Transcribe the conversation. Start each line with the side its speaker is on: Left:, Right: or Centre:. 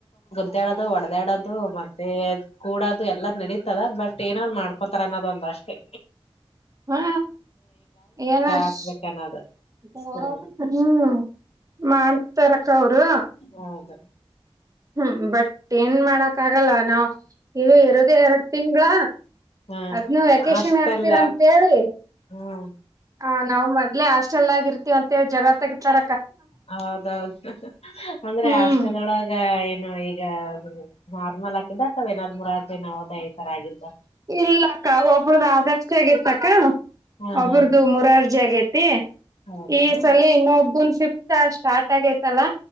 Left: ಗುಡ್ಡಾಡೋಧು ಒಡೆದಾಡೋದು ಮತ್ತೆ ಕೂಡೋದು ಎಲ್ಲ ನಡೀತದ ಬಟ್ ಏನರ ಮಾಡ್ಕೊತಾರ ಅನ್ನೋದ ಒಂದ ಅಷ್ಟೇ
Right: ಹಾ ಎನ
Left: ಹಾಕ್ಬೇಕನ್ನೋದು
Right: <inaudible>
Left: ಸ್ಕೂಲ್
Right: ಹ್ಮ್ ಮಾಡ್ತಾರ ಅವರು
Left: ಹೌದು
Right: ಹ್ಮ್ ಬಟ್ ಏನ್ ಮಾಡಕ್ ಆಗಲ್ಲ ನಾವು ಇಲ್ಲಿ ಇರೋದೇ ಎರಡ್ ತಿಂಗಳ
Left: ಹಾ
Right: ಅದನ್ನು ವೆಕೇಶನ್
Left: ಹಾಸ್ಟೆಲ್
Right: ಹಾಕ್ತೀರಾ ರಂತೇಳಿ ಅಂತ ಹೇಳಿ
Left: ಹ್ಮ್
Right: ಹ ನಾವ್ ಮೊದ್ಲೆ ಹಾಸ್ಟೆಲ್ ಆಗರ್ತಿವ್ವಂತ ಜಗಳ್ತಗಿತಾರ
Left: ಹೌದೌದು ಅಂದ್ರೆ
Right: ಹ್ಮ್
Left: ಆಸ್ಟೆಲ್ ಒಳಗ ಏನು ಈಗ ನಾರ್ಮಲ್ ಆಕಿದ್ದ ಅತ್ವ ಏನಾರ್ ಮುರಾರ್ಜಿ ನೋವೋಧಯ ಈ ತರ ಆಗಿದ್ದ
Right: ಇಲ್ಲಕ್ಕ ಒಬ್ರುದ್ಧು ಆದರ್ಷ್ಟ ಆಗಿರ್ತಕ್ಕ
Left: ಹಾ
Right: ಒಬ್ರುದ್ಧು
Left: ಹಾ
Right: ಮುರಾರ್ಜಿ ಆಗೈತ್ <inaudible>
Left: ಹೌದಾನ
Right: ಈ ಸಲಿ ಇನ್ನೊಬ್ಬುನ್ ಫಿಫತ್ <unintelligible> ಸ್ಟಾರ್ಟ್ <unintelligible> ಆಗೋಯ್ತಲ್ಲ